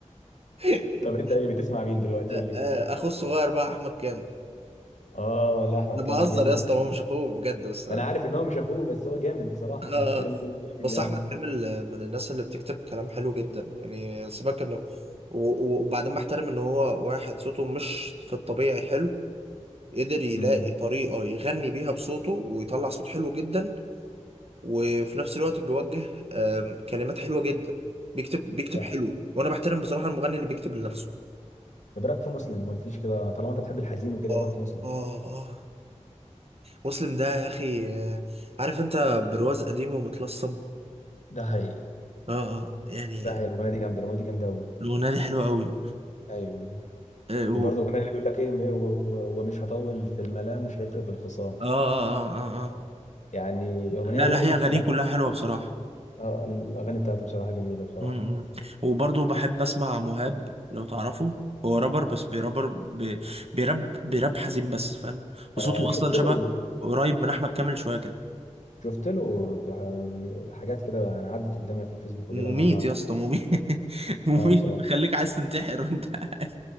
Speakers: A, on the right; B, on the left.
A: <laughs>
B: طب انت ايه بتسمع مين دلوقتي
A: آه،
B: قول لي كده
A: آه، اخوه الصغير بقى احمد كامل
B: اه لا احمد
A: ده
B: كامل
A: بهزر
B: جامد
A: يا اسطى
B: بصراحة
A: هو مش اخوه بجد بس
B: ما انا عارف ان هو مش اخوه بس هو جامد بصراحه ما
A: آه.
B: تك- ما تقول جامد
A: بس
B: يعني
A: احمد كامل آه، من الناس اللي بتكتب كلام حلو جدا يعني سيبك انه و- و- وبعدين بحترم ان هو واحد صوته مش في الطبيعي حلو قدر يلاقي
B: امم
A: طريقة يغني بيها بصوته ويطلع صوت حلو جدا وفي نفس الوقت بيوجه آم، كلمات حلوة جدا بيكتب بيكتب
B: طب
A: حلو وانا بحترم بصراحة المغني اللي بيكتب لنفسه
B: طب إيه رايك في مسلم ما قلتليش كده طالما انت بتحب الحزين وكده
A: اه
B: ايه رايك في مسلم
A: اه اه مسلم ده يا اخي آه، عارف انت برواز قديم ومتلصم
B: ده حقيقي
A: اه اه يعني
B: ده هي الاغنيه دي جامده الاغنيه دي جامده قوي
A: الاغنية دي حلوة
B: ايوه
A: قوي
B: وبرضه اغنيه اللي بيقول لك ايه م- و- و- ومش هطول في الملام مش هيفرق في الخصام
A: اه اه اه اه آه.
B: يعني اغنيه
A: لا
B: برضه
A: لا هي
B: ك-
A: أغانيه
B: لا
A: كلها حلوة بصراحة
B: آه، الاغاني بتاعته بصراحه جميله بصراحه
A: امم وبرضه بحب أسمع مهاب لو تعرفه هو رابر بس بيرابر بي... بيراب بيراب حزين بس فاهم وصوته
B: آه شفت
A: أصلا شبه
B: له
A: قريب من أحمد كامل شوية كده
B: شفت له ح- حاجات كده يعني عدت قدامي في الفيسبوك وكده
A: مميت
B: انا ما
A: يا اسطى مميت <laughs> مميت
B: ما بصراحه
A: خليك عايز تنتحر وانت قاعد.